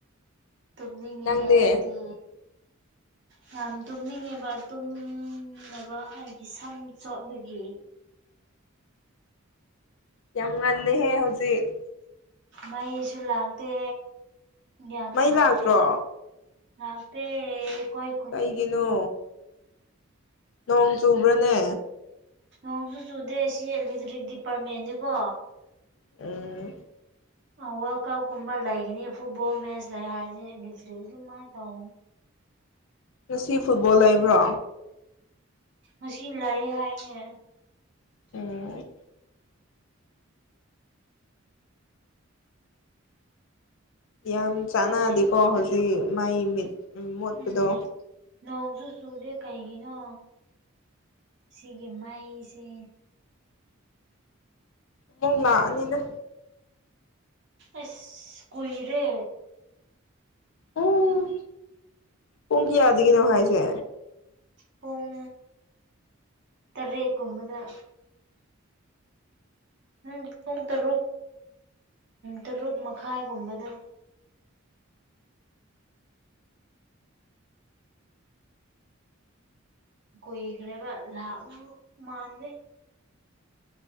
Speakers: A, on the right; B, on the left.
A: ꯇꯨꯝꯅꯤꯡꯉꯦ
B: ꯅꯪꯗꯤ
A: ꯑꯩꯗꯤ ꯌꯥꯝ ꯇꯨꯝꯅꯤꯡꯉꯦꯕ ꯇꯨꯝꯅꯕ ꯑꯩꯒꯤ ꯁꯝ ꯆꯣꯠꯂꯨꯒꯤ
B: ꯌꯥꯝ ꯉꯜꯂ‌ꯦꯍꯦ ꯍꯧꯖꯤꯛ
A: ꯃꯩꯁꯨ ꯂꯥꯛꯇꯦ ꯌꯥꯝ
B: ꯃꯩ
A: ꯁꯥꯏ
B: ꯂꯥꯛꯇ꯭ꯔꯣ
A: ꯂꯥꯛꯇ‌ꯦ ꯑꯩꯈ‌ꯣꯏ
B: ꯀꯩꯒꯤꯅꯣ ꯅꯣꯡ ꯆꯨꯕ꯭ꯔꯥꯅꯦ
A: ꯅꯣꯡꯁꯨ ꯆꯨꯗꯦ ꯁꯤ ꯏꯂꯦꯛꯇ꯭ꯔꯤꯛ ꯗꯤꯄꯥꯔꯠꯃꯦꯟꯅꯤꯀꯣ
B: ꯎꯝ
A: ꯋꯥꯔꯜ ꯀꯞꯀꯨꯝꯕ ꯂꯩꯒꯅꯤ ꯐꯨꯠꯕꯣꯜ ꯃꯦꯠꯆ ꯂꯩ ꯍꯥꯏꯔꯁ ꯑꯦꯇ꯭ꯔꯤ ꯑꯗꯨꯃꯥꯏꯅ ꯇꯧ
B: ꯉꯁꯤ ꯐꯨꯠꯕꯣꯜ ꯂꯩꯕ꯭ꯔꯣ
A: ꯉꯁꯤ ꯂꯩ ꯍꯥꯏꯅꯦ
B: ꯎꯨꯝ ꯌꯥꯝ ꯆꯥꯟꯅꯗꯦꯀꯣ ꯍꯧꯖꯤꯛ ꯃꯥꯏ ꯃꯤ ꯃꯨꯞꯄꯗꯣ
A: ꯎꯝ ꯅꯣꯡꯁꯨ ꯆꯨꯗꯦ ꯀꯩꯒꯤꯅꯣ ꯁꯤꯒꯤ ꯃꯩꯁꯦ
B: ꯄꯨꯛ ꯅꯥꯅꯤꯗ
A: ꯑꯦꯁ ꯀꯨꯏꯔꯦ
B: ꯑꯣ ꯄꯨꯡ ꯀꯌꯥꯗꯒꯤꯅꯣ ꯍꯥꯏꯁꯦ
A: ꯄꯨꯡ ꯇꯥꯔꯦꯠ ꯀꯨꯝꯕꯗ ꯎ ꯄꯨꯡ ꯇꯔꯨꯛ ꯇꯔꯨꯛ ꯃꯈꯥꯏꯒꯨꯝꯕꯗ ꯀꯨꯏꯒꯔ꯭ꯦꯕ ꯂꯥꯛꯇꯧ ꯃꯥꯟꯗꯦ